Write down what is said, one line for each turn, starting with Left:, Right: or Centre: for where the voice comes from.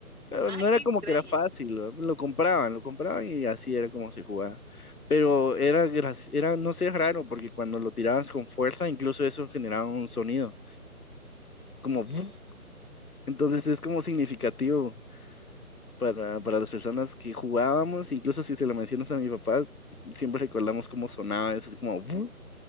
Left: No
Right: Ay,
Left: no era
Right: qué
Left: como
Right: extraño.
Left: que era fácil, lo, lo compraban, lo compraban y así era como se jugaba. Pero era, grac- era, no sé, raro, porque cuando lo tirabas con fuerza, incluso eso generaba un sonido, como,
Right: Mm.
Left: ¡buf! entonces es como significativo para, para las personas que jugábamos, incluso si se lo mencionas a mi papá, siempre recordamos cómo sonaba eso, es como, ¡buf!